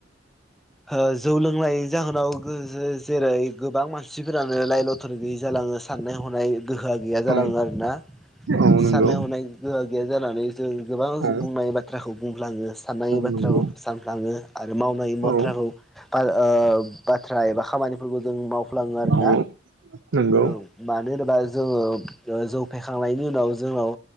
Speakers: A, in the centre; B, on the right (about 80°).
A: ओ जौ लोंनाय जाहोनाव गो जो जेरै गोबां मानसिफोरानो लाय लथर गैयि जालाङो। साननाय हनाय गोहोआ गैया जालाङो
B: औ
A: आरोना।
B: औ नंगौ
A: साननाय हनाय गोहा गैया जानानै जों गोबां
B: औ
A: बुंनाय बाथ्राखौ बुंफ्लाङो। साननाय बाथ्रा
B: नंगौ
A: खौ सानफ्लाङो। आरो मावनाय मथ्राखौ
B: औ
A: बा ओ बाथ्रा एबा खामानि फोरखौ जों मावफ्लाङो आरोना।
B: औ नंगौ
A: औ मानो होनोबा जौ जौ फैखांनायनि उनाव जोंनाव